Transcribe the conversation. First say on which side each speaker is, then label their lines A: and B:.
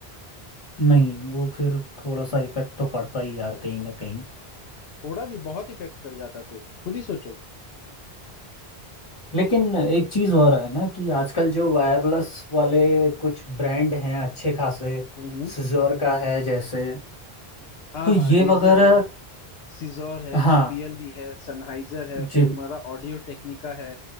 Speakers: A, on the left; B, on the left.
A: नहीं वो फिर थोड़ा सा इफेक्ट तो पड़ता ही यार कहीं ना कहीं
B: थोड़ा नहीं बहुत इफेक्ट कर जाता फिर खुद ही सोचो
A: लेकिन एक चीज हो रहा है ना कि आजकल जो वायरलेस वाले कुछ ब्रांड हैं अच्छे खासे
B: हम्म
A: सिजोर का है जैसे
B: हाँ
A: तो ये
B: हाँ रेजर
A: वगैरह
B: है सीजोर है
A: हाँ
B: जेबीएल भी है सनहाइजर है
A: जी
B: फिर तुम्हारा ऑडियो टेक्निका है